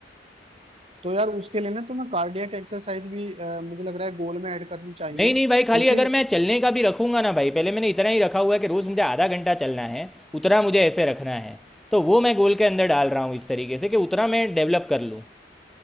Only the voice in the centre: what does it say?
नहीं
नहीं भाई खाली अगर मैं चलने का भी रखूंगा ना भाई पहले मैंने इतना ही रखा हुआ है कि रोज़ मुझे आधा घंटा चलना है उतना मुझे ऐसे रखना है तो वो मैं गोल के अंदर डाल रहा हूँ इस तरीके से कि उतना मैं डेवलप कर लूँ